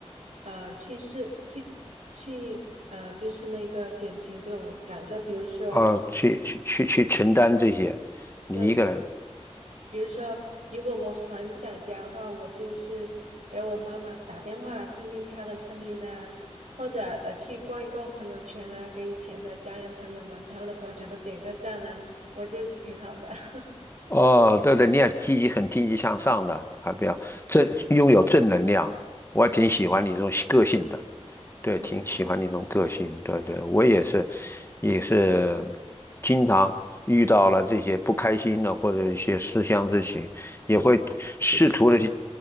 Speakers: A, on the right (about 90°); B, on the left (about 20°).
A: 呃，去试，去去，呃，就是那个减轻这种感受。比如说，
B: 啊，去去去去承担这些，你一个人，
A: 对，比如说，如果我很想家的话，我就是给我妈妈打电话，听听她的声音啊，或者呃，去逛一逛朋友圈啊，给以前的家人朋友们他们的朋友圈都点个赞啊，我就挺好的。<laughs>
B: 哦，对对，你要积极、很积极向上的，还比较正，拥有正能量，我还挺喜欢你这种个性的，对，
A: 嗯
B: 挺喜欢你这种个性，对对，我也是，也是经常遇到了这些不开心的或者一些思乡之情，也会试图的去